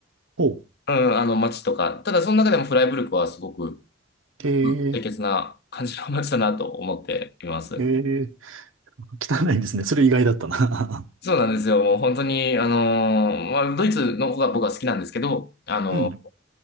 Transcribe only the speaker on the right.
ほう。
え
えええ汚いんですね。それ意外だったな。
<laughs> うん。